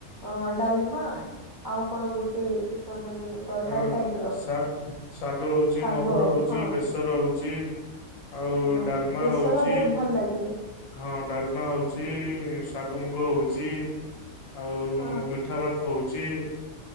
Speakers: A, on the right; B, on the left.
A: ଅ ଡାଲମା ଆଉ କଣ ଗୋଟେ ତା ମାନେ ତରକାରୀ
B: ତାଙ୍କର
A: ଟାଇପ ର
B: ଶା ଶାଗ ହଉଚି,
A: ଶାଗ
B: ମହୁର ହଉଚି,
A: ହଁ
B: ବେସର ହଉଚି ଆଉ
A: ହଁ
B: ଡାଲମା
A: ବେସର
B: ହଉଚି
A: ବହୁତ ଭଲ ଲାଗେ
B: ହଁ ଡାଲମା ହଉଚି, ଶାଗ ମୁଗ ହଉଚି ଆଉ
A: ହଁ
B: ମିଠା ଭାତ୍ ହଉଚି।